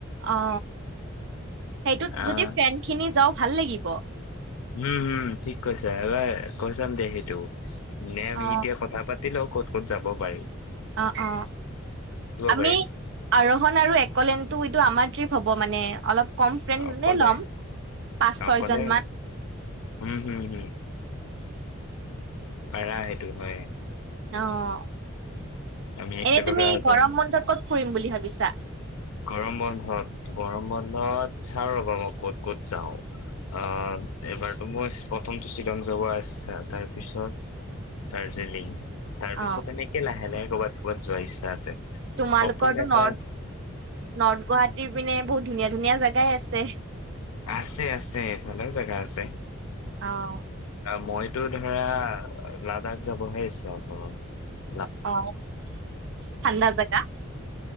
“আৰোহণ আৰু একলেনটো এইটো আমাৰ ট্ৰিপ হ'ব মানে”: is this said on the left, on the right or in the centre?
Right